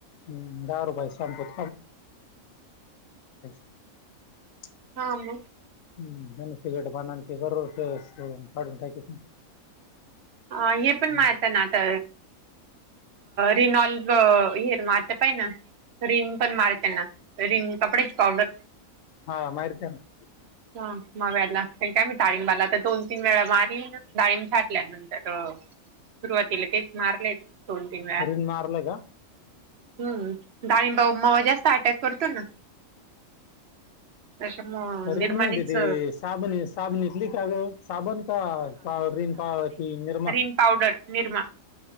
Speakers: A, on the left (about 70°); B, on the right (about 55°).
A: हम्म दारूबाई संपत <unintelligible>
B: हा मग
A: हम्म <unintelligible>
B: आ हे पण
A: हम्म.
B: मारताय ना आता रीनॉल हे मारता <unintelligible> रिन पण मार त्यांना रिन कपड्याची पावडर
A: हा मारत्याना
B: हं मव्याना काय मी ताळिंबाला तर दोन तीन वेळा मारली ना डाळीम छाटल्यानंत तर सुरुवातीला तेच मारलेत. दोन तीन वेळा
A: रिण मारलं का?
B: हम्म डाळिंबा वर मवा जास्त अटॅक करतो ना. त्याच्यामुळे
A: रीण
B: निरमाणीच
A: म्हणजे ती साबण साबणीली का गं साबण का पाव रीण पाव ती निरमा
B: रिंण पावडर निरमा.